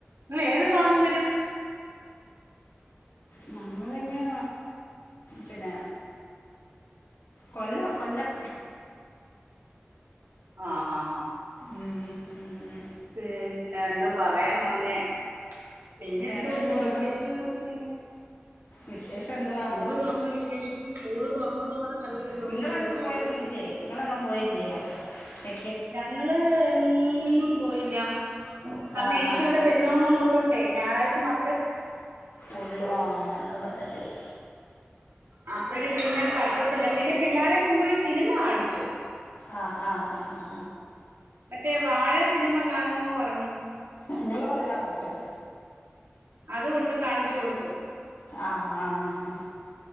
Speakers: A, on the right (about 85°); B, on the left (about 80°).
A: നിങ്ങൾ ഏത് ഫാഗം വരും
B: ഞങ്ങൾങ്ങ് പിന്ന കൊല്ലം കൊല്ലം
A: ആ ആ ആ
B: ഉം. ഉം.
A: പിന്നെ എന്തോ പറയാൻ മന്നെ പിന്നെ
B: വേറെ
A: എന്തൊണ്ട്
B: എന്തുവാ
A: വിശേഷങ്ങളൊക്കെ
B: വിശേഷം എന്തുവാ
A: സ്കൂള് തുറന്ന വിശേഷം സ്കൂള് തുറന്നതോടെ നല്ലൊരു തുക
B: നിങ്ങളങ്ങും
A: ചിലവായി
B: പോയൊന്നുംല്ലേ നിങ്ങളങ്ങും പോയില്ലേ അ
A: ഞങ്ങള് എങ്ങും പോ പോയില്ല രണം
B: ആ
A: എനിക്കിവിടെ
B: ആ ആ
A: വരണന്നുള്ളതു കൊണ്ടേ ഞായറാഴ്ച മാ
B: ഉള്ളു ആ രണ്ട പറ്റെ ഇല്ല
A: അപ്പഴ പിന്നെ പറ്റത്തില്ല പിന്നെ പിള്ളോരെ കൊണ്ടുപോയി സിനിമ കാണിച്ചു
B: ആ ആ ആ ആ
A: മറ്റേ വാഴ സിനിമ കാണണോന്ന് പറഞ്ഞു
B: ങ്ങളും അതിനാ പോയത്
A: അതുകൊണ്ട് കാണിച്ചു കൊടുത്തു
B: ആ ആ ആ ആ